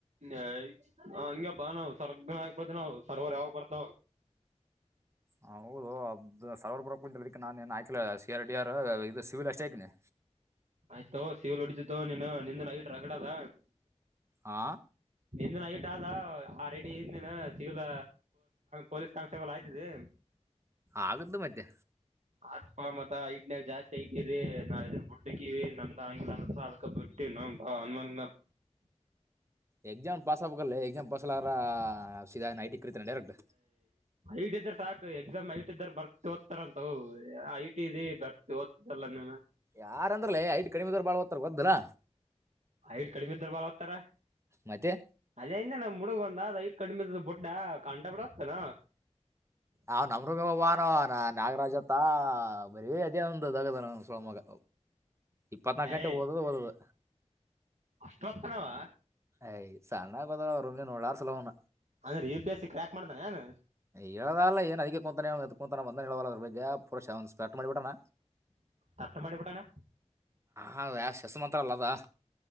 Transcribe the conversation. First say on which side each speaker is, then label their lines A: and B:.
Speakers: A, on the right; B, on the right.
A: ಹ ಹ ಬಾ ನಾವು ಸರ್ಗ ನಾಯಕ ಪತಿ ನಾವು ಸರ್ವರ್ ಯಾವಾಗ ಬರ್ತಾವ
B: ಹ ಹೌದು ಸಾವವರ್ ಬರ ಕುಂತ ನಾನನ್ ಏನ್ ಆಯಕಲ ಸಿ ಆರ್ ಡಿ ಆರ್ ಇದು ಸಿವಿಲ್ ಅಷ್ಟ ಆಯತನಿ
A: ಆಯ್ತೋ ಸೇವಲ್ ಹೊಡಿದತ ನೀನು ನಿಂದ ನಡ್ರಗಡದ
B: ಹಾ
A: ನಿಂದ ನಯಟ್ ಆದ ಆ ರೆಡಿ ಇಂದಿನ ಸಿವಿಲ್ ಪೊಲೀಸ್ ಕಾನ್ಸ್ಟೇಬಲ್ ಆಯ್ತಿದ್ದಿ
B: ಆಗ್ದ ಮಧ್ಯೆ
A: ಆತ್ಕೋ ಮತ್ತ ಐಟ್ನ್ಯಾಗ ಜಾಸ್ತಿ ಐಟಿರ ನಾವ್ ಇದ್ರರು ಬುಡ್ಡಕ್ಕಿವವಿ ನಮ್ದ್ ಆಂಗಿಲ ಅಸ ಹಲ್ಕ ಬಿ ನ
B: ಎಕ್ಸಾಮ ಪಸ್ ಹಾಗಲ್ಲ ಎಕ್ಸಾಮ ಪಸ್ಲ್ಲ ಸಧ ನೈಟ್ ಇ ಕೀತನ ಡೈರೆಕ್ಟ್
A: ಐಟ್ ಸಾಕು ಎಕ್ಸಾಮ್ ಐ ಟಿ ಇದರ್ ಬರ್ತಿ ಓದ್ತಾರಂತ ಐಟಿ ಇದ ಬರ್ತಿ ಓದ್ತಲ್ಲ ಮ
B: ಯಾರ ಅಂದ್ರಲೇ ಐಟ್ ಕಡಿಮಿದದ್ ಬಾಳ ಹೊತ್ತರ್ ಬದಿಲ್ಲಾ
A: ಹಐಟ್ ಕಡಿಮ ಇದ್ರ ಬರ ಹತ್ತಾರ
B: ಮತ್ತೆ
A: ಜಿಂದ ನಮ್ ಮುಡುಗ ಒಂದ ದಯ ಕಂಡ ಬೊಡ್ಡ ಕಂಡ ಬಿಡ ಹೋಗ್ತಾನ
B: ಆ ನಮ್ರೂಮವಾನ ನಾಗರಾಜ್ತ್ತ ಬರೀ ಅದೇ ಒಂದ ಅಾಗದಾರ ಸೋಳ ಮಗ ಇಪ್ಪತ್ನಾಾಲ್ಕು ಗಂಟೆ
A: ಏಯ್
B: ಓದದು ಓದದು
A: ಪ್ರತ್ತನವಾ
B: ಯ ಸಣ್ಣ ಕೊತ್ತ ವ ನೋಡಾರು ಸಲೋಣ
A: ಅಂದ್ರೆ A P A C crack ಮಾಡ್ದಾನ ಏನ್
B: ಹೇಳದಲ್ಲ ಏನ್ ಅದಕ್ಕೆ ಕುಂತಾನ ಕುಂತಾನ ಬಂದ ಹೇಳ ಪುರ ಶಟ್ ಮಳಿಬಟ್ಟಣ
A: ತಟ್ಟ ಮಾಡಿಬಿಟ್ಟಾನ
B: ಹ ಶೇಸ ಮಾತ್ರ ಪತ್ರಲ್ಲದ